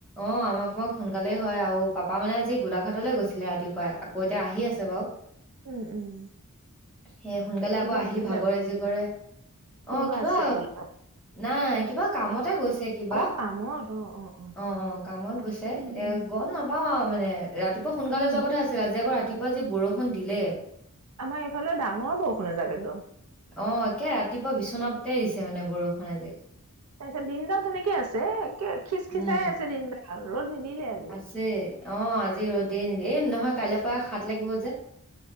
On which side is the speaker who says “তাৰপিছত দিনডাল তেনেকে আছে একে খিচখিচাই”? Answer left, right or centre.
Right